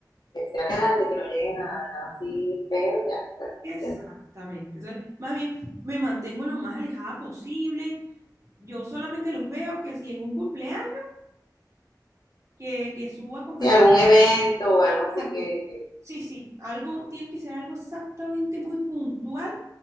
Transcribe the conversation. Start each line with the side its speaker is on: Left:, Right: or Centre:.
Left: canal, de que no lleguen a nada así feo, ya, pues,
Right: Exactamente.
Left: ¿qué más?
Right: Entonces, más bien me mantengo lo más alejada posible. Yo solamente los veo que si en un cumpleaños, que, que su acompañamiento.
Left: si algún evento o algo
Right: Exacto.
Left: así que, que
Right: Sí, sí, algo tiene que ser algo exactamente muy puntual